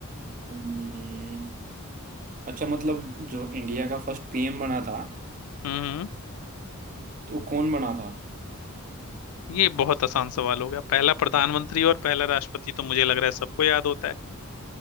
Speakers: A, on the right (about 35°); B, on the left (about 75°).
A: हम्म, अच्छा मतलब जो इंडिया का फर्स्ट पीएम बना था
B: हम्म हम्म,
A: तो वो कौन बना था
B: ये बहुत आसान सवाल हो गया पहला प्रधानमंत्री और पहला राष्ट्रपति तो मुझे लग रहा है सबको याद होता है